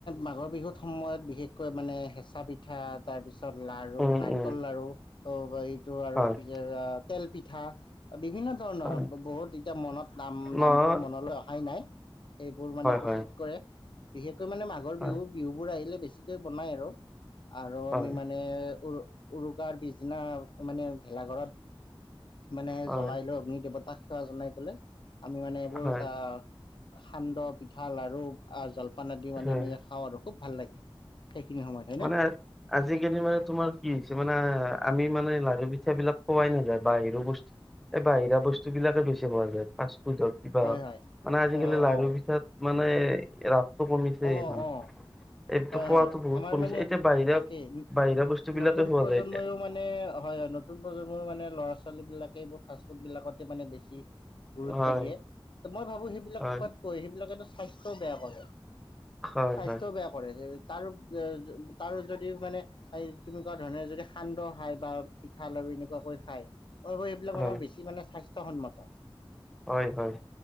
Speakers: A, on the left; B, in the centre.
A: মাঘৰ বিহুত সময়ত, বিশেষকৈ মানে, হেঁচা পিঠা, তাৰপিছত লাৰু,
B: উম
A: নাৰিকল
B: উম
A: লাৰু। অ'! এইটো আৰু
B: হয়
A: <unintelligible> তেল পিঠা, বিভিন্ন ধৰণৰ,
B: হয়
A: বহুত এতিয়া মনত নাম,
B: নহয়
A: নামবোৰ মনলৈ অহাই নাই। এইবোৰ মানে, প্ৰস্তুত
B: হয়
A: কৰে। বিশেষকৈ মানে, মাঘৰ
B: হয়
A: বিহু, বিহুবোৰ আহিলে, বেছিকে বনাই আৰু। আৰু আমি
B: হয় হয়
A: মানে, উৰু উৰুকাৰ পিছদিনা মানে, ভেলাঘৰত মানে,
B: হয়
A: জ্বলাই লৈ অগ্নি দেৱতাক সেৱা জনাই পেলে, আমি মানে, এইবোৰ
B: হয়
A: আঁ সান্দহ, পিঠা, লাৰু আঁ জলপান আদি মানে,
B: হয়
A: আমি খাওঁ আৰু খুব ভাল লাগে! সেইখিনি সময়তে।
B: মানে, আজিকালি মানে, তোমাৰ কি হৈছে মানে, আমি মানে, লাৰু পিঠা বিলাক খোৱাই নাযায়। বাহিৰ বস্তু এই, বাহিৰা বস্তু বিলাকে বেছি ভাল লাগে, ফাষ্ট- ফুড হওঁক, কিবা
A: হয়
B: হওঁক।
A: হয়
B: মানে, আজিকালি
A: অ
B: লাৰু
A: অ
B: পিঠাত মানে, ৰাপটো কমিছে,
A: অ
B: মানে।
A: অ
B: এইতো
A: হয়
B: খোৱাটো
A: হয়
B: বহুত
A: আমাৰ
B: কমিছে।
A: মানে
B: এতিয়া বাহিৰা,
A: তাকে ন-
B: বাহিৰা বস্তু বিলাকে
A: নতুন
B: খোৱা
A: প্ৰজন্মইও
B: যায়, এতিয়া।
A: মানে, হয়! নতুন প্ৰজন্মৰ মানে, ল'ৰা-ছোৱালী বিলাকে, এইবোৰ ফাষ্ট-ফুড বিলাকতে মানে, বেছি গুৰুত্ব
B: হয়
A: দিয়ে। ত' মই ভাবোঁ! সেইবিলাক
B: হয়
A: খোৱাতকৈ, সেইবিলাকে ত' স্বাস্থ্যও বেয়া কৰে।
B: হয়
A: স্বাস্থ্যও
B: হয়
A: বেয়া কৰে, তাৰো তাৰো যদি মানে- এই তুমি কোৱা ধৰণে যদি সান্দহ খায় বা- পিঠা লাৰু এনেকুৱাকৈ খাই, অ ঐ এইবিলাক
B: হয়
A: আমাৰ বেছি মানে স্বাস্থ্যসন্মত।
B: হয় হয়।